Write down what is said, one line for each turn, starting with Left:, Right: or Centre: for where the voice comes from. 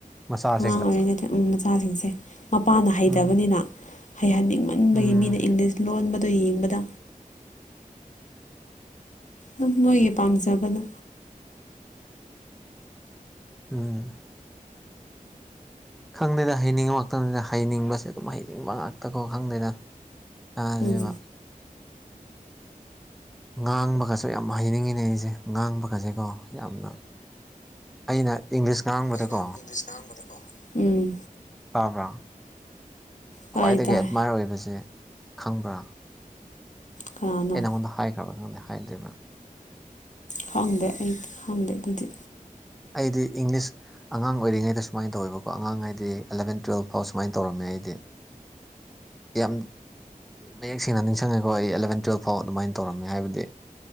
Centre: ꯃꯆꯥꯁꯤꯡꯗ
Left: ꯑꯉꯥꯡ ꯑꯣꯏꯔꯤꯉꯩꯗ ꯎꯝ ꯃꯆꯥꯁꯤꯡꯁꯦ ꯃꯄꯥꯥꯅ ꯍꯩꯇꯕꯅꯤꯅ
Centre: ꯎꯝ
Left: ꯍꯩꯍꯟꯅꯤꯡꯃꯟ
Centre: ꯎꯝ
Left: ꯕꯒꯤ ꯃꯤꯅ ꯏꯪꯂꯤꯁ ꯂꯣꯟꯕꯗꯣ ꯌꯦꯡꯕꯗ ꯗꯨꯝ ꯃꯣꯏꯒꯤ ꯄꯥꯝꯖꯕꯅꯦ
Centre: ꯎꯝ ꯈꯪꯗꯦꯗ ꯍꯩꯅꯤꯡꯉ ꯋꯛꯀꯜꯖꯦ ꯍꯩꯅꯤꯡꯕꯁꯦ ꯑꯗꯨꯝ ꯍꯩꯅꯤꯡꯕ ꯉꯥꯛꯇꯀꯣ ꯈꯪꯗꯦꯗ ꯇꯥꯏꯌꯦꯕ
Left: ꯎꯝ
Centre: ꯉꯥꯡꯕꯒꯁꯨ ꯌꯥꯝ ꯍꯩꯅꯤꯡꯉꯤꯅꯦ ꯑꯩꯖꯦ ꯉꯥꯡꯕꯒꯖꯦꯀꯣ ꯌꯥꯝꯅ ꯑꯩꯅ ꯏꯪꯂꯤꯁ ꯉꯥꯡꯕꯗꯀꯣ
Left: ꯑꯩꯅ ꯏꯪꯂꯤꯁ ꯉꯥꯡꯕꯗꯀꯣ ꯎꯝ
Centre: ꯇꯥꯕ꯭ꯔꯣ
Left: ꯇꯥꯏ
Centre: ꯈ꯭ꯋꯥꯏꯗꯒꯤ
Left: ꯇꯥꯏ
Centre: ꯑꯦꯠꯃꯥꯏꯌꯔ ꯑꯣꯏꯕꯁꯦ ꯈꯪꯕ꯭ꯔꯥ
Left: ꯀꯅꯥꯅꯣ
Centre: ꯑꯩꯩ ꯅꯉꯣꯟꯗ ꯍꯥꯏꯈ꯭ꯔꯕ ꯈꯪꯗꯦ ꯍꯥꯏꯗ꯭ꯔꯤꯕ
Left: ꯈꯪꯗꯦ ꯑꯩ ꯈꯪꯗꯦ ꯑꯗꯨꯗꯤ
Centre: ꯑꯩꯗꯤ ꯏꯪꯂꯤꯁ ꯑꯉꯥꯡ ꯑꯣꯏꯔꯤꯉꯩꯗ ꯁꯨꯃꯥꯏꯟ ꯇꯧꯋꯦꯕꯀꯣ ꯑꯉꯥꯡ ꯍꯥꯏꯗꯤ ꯑꯦꯂꯕꯦꯟ ꯇꯨꯌꯦꯜꯞ ꯐꯥꯎ ꯁꯨꯃꯥꯏ ꯇꯧꯔꯝꯃꯦ ꯑꯩꯗꯤ ꯌꯥꯝ ꯃꯌꯦꯛ ꯁꯦꯡꯅ ꯅꯤꯡꯁꯪꯉꯦꯀꯣ ꯑꯩ ꯑꯦꯂꯕꯦꯟ ꯇꯨꯌꯦꯜꯞ ꯐꯥꯎ ꯑꯗꯨꯃꯥꯏꯟ ꯇꯧꯔꯝꯃꯦ ꯍꯥꯏꯕꯗꯤ